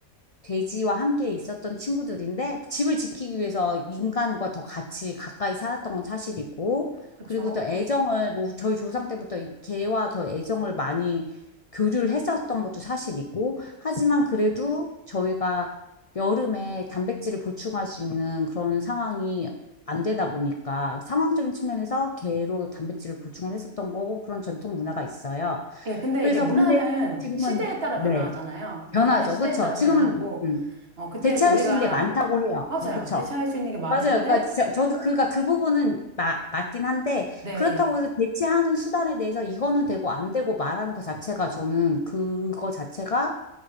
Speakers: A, on the left; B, on the right.
A: 돼지와 함께 있었던 친구들인데 집을 지키기 위해서 인간과 더 같이 가까이 살았던 건 사실이고
B: 그렇죠.
A: 그리고 더 애정을 뭐 저희 조상 때부터 이 개와 더 애정을 많이 교류를 했었던 것도 사실이고 하지만 그래도 저희가 여름에 단백질을 보충할 수 있는 그런 상황이 안 되다 보니까 상황적인 측면에서 개로 단백질을 보충을 했었던 거고 그런 전통 문화가 있어요.
B: 예, 근데
A: 그래서
B: 이게 문화는
A: 근데 지금은
B: 시대에 따라
A: 네.
B: 변화하잖아요.
A: 변하죠.
B: 문화는 시대에
A: 그렇죠.
B: 따라
A: 지금은
B: 변화하고
A: 음.
B: 어 그때
A: 대체할
B: 그 우리가
A: 수 있는 게 많다고 해요.
B: 맞아요.
A: 뭐, 그쵸?
B: 대체할 수 있는 게 많은데
A: 맞아요. 그러니까 저- 저도 그가 그 부분은 마- 맞긴 한데
B: 네.
A: 그렇다고 해서 대체하는 수단에 대해서 이거는 되고 안 되고 말하는 것 자체가 저는 그거 자체가